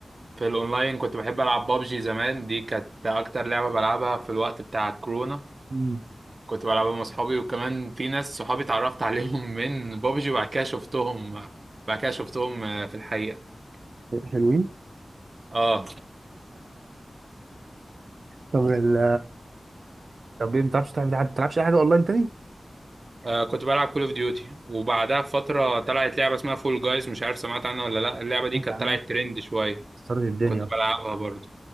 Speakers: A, on the right (about 60°); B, on the right (about 75°).
A: في الاونلاين كنت بحب العب بابجي زمان دي كانت اكتر لعبه بلعبها في الوقت بتاع الكورونا
B: امم
A: كنت بلعبها مع اصحابي وكمان في ناس صحابي اتعرفت عليهم <laughs> من بابجي وبعد كده شفتهم بعد كده شفتهم آه، في الحقيقه
B: حلوين
A: اه
B: طب ال... طب ايه ما بتعرفش تلعب ما بتلعبش اي حاجه اونلاين تاني
A: آه كنت بلعب كول اوف ديوتي وبعدها بفترة طلعت لعبة اسمها فول جايز مش عارف سمعت عنها ولا لا اللعبة دي
B: سمعت
A: كانت
B: عنها
A: طلعت ترند شوية
B: خسرت الدنيا
A: كنت
B: اهو
A: بلعبها برضه